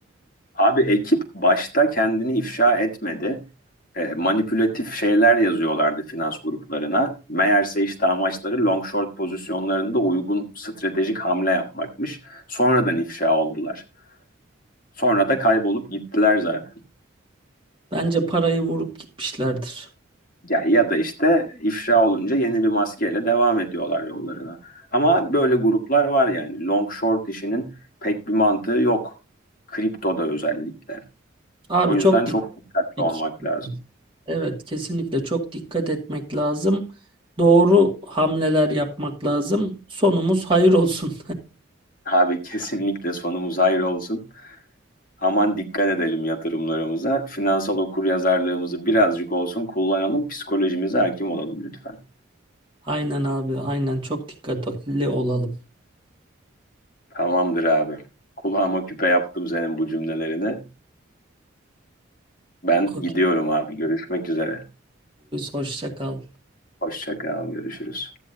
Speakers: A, on the left; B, on the right.
A: Abi ekip başta kendini ifşa etmedi. Ee, manipülatif şeyler yazıyorlardı finans gruplarına. Meğerse işte amaçları long short pozisyonlarında uygun stratejik hamle yapmakmış. Sonradan ifşa oldular. Sonra da kaybolup gittiler zaten.
B: Bence parayı vurup gitmişlerdir.
A: Ya ya da işte ifşa olunca yeni bir maskeyle devam ediyorlar yollarına. Ama böyle gruplar var yani. Long short işinin pek bir mantığı yok. Kriptoda özellikle.
B: Abi
A: O yüzden
B: çok dikkat.
A: çok dikkatli olmak lazım.
B: Evet kesinlikle çok dikkat etmek lazım. Doğru hamleler yapmak lazım. Sonumuz hayır olsun.
A: Abi kesinlikle sonumuz hayır olsun. Aman dikkat edelim yatırımlarımıza. Finansal okuryazarlığımızı birazcık olsun kullanalım. Psikolojimize hakim olalım lütfen.
B: <laughs> Aynen abi aynen çok dikkatli olalım.
A: Tamamdır abi. Kulağıma küpe yaptım senin bu cümlelerini. Ben
B: Okey.
A: gidiyorum abi. Görüşmek üzere.
B: Hoşça kal.
A: Hoşça kal. Görüşürüz.